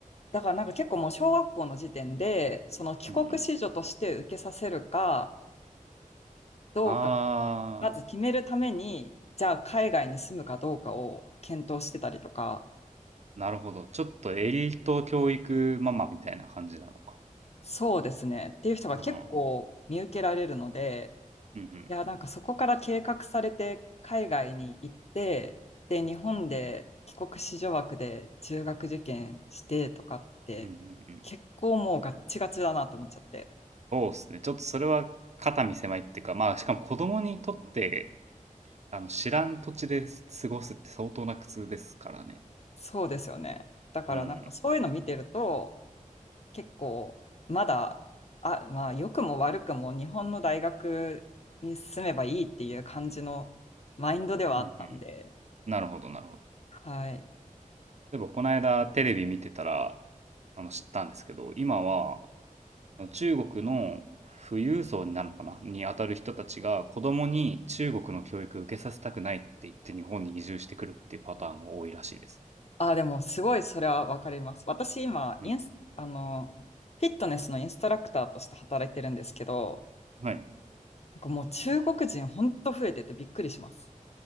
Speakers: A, on the left; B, on the right.
A: だからなんか結構もう小学校の時点で、その帰国子女として受けさせるか
B: うんうん。
A: どうか、
B: ああ、
A: まず決めるために、じゃあ海外に住むかどうかを検討してたりとか、
B: なるほど。ちょっとエリート教育ママみたいな感じなのか。
A: そうですね。っていう人が結構見受けられるので、
B: はんうんうん。うんうん。
A: いや、なんかそこから計画されて海外に行って、で、日本で帰国子女枠で中学受験してとかって、
B: うんうんうん。
A: 結構もうガッチガチだなと思っちゃって。
B: そうですね。ちょっとそれは肩身狭いっていうか、まあ、しかも子供にとって、あの、知らん土地で過ごすって相当な苦痛ですからね。
A: そうですよね。だからなんかそういうの見てると、
B: うん。
A: 結構、まだ、あ、まあ、良くも悪くも日本の大学に進めばいいっていう感じのマインドではあったんで、
B: うんうん。なるほどなるほど。
A: はい。
B: 例えばこの間テレビ見てたら、あの、知ったんですけど、今は、その中国の富裕層になるのかなに当たる人たちが子供に中国の教育を受けさせたくないって言って日本に移住してくるっていうパターンが多いらしいです。
A: あ、でも、すごいそれはわかります。私、今、
B: うん。
A: インス、あの、フィットネスのインストラクターとして働いてるんですけど、
B: はい。
A: なんかもう中国人ほんと増えててびっくりします。